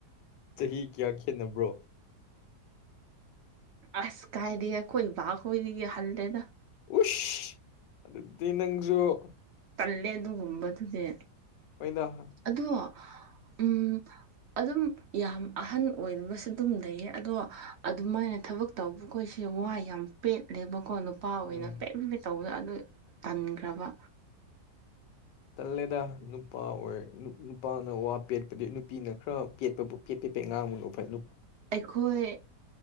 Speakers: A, on the left; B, on the right.
A: ꯆꯍꯤ ꯀꯌꯥ ꯈꯦꯠꯅꯕ꯭ꯔꯣ
B: ꯑꯁ ꯀꯥꯏꯔꯤꯒꯦ ꯑꯩꯣꯏ ꯚꯒ ꯑꯣꯏꯔꯤꯒꯦ ꯍꯜꯗꯗ
A: ꯎꯁ ꯑꯗꯨꯗꯗꯤ ꯅꯪꯁꯨꯣ
B: ꯀꯜꯂꯦ ꯑꯗꯨꯒꯨꯝꯕꯗꯨꯗꯤ
A: ꯑꯣꯏꯗ
B: ꯑꯗꯣ ꯎꯝ ꯑꯗꯨꯝ ꯌꯥꯝ ꯑꯍꯟ ꯑꯣꯏꯕꯁꯨ ꯑꯗꯨꯝ ꯂꯩꯌꯦ ꯑꯗꯣ ꯑꯗꯨꯃꯥꯏꯅ ꯊꯕꯛ ꯇꯧꯕꯈꯣꯏꯁꯦ ꯋꯥ ꯌꯥꯝ ꯄꯦꯠꯂꯦꯕꯀꯣ ꯅꯨꯄꯥ ꯑꯣꯏꯅ
A: ꯎꯝ
B: ꯄꯦꯂꯨꯕꯦ ꯇꯧꯕꯗ ꯑꯗꯨ ꯇꯟꯈ꯭ꯔꯕ
A: ꯇꯜꯂꯦꯗ ꯅꯨꯄꯥ ꯑꯣꯏ ꯅꯨꯄꯥꯅ ꯋꯥ ꯄꯦꯠꯄꯗꯤ ꯅꯨꯄꯤꯅ ꯈꯔ ꯄꯦꯠꯄꯕꯨ ꯀꯦꯠꯄꯤꯄꯩ ꯉꯥꯡꯕꯅꯨ ꯐ
B: ꯑꯩꯈꯣꯏ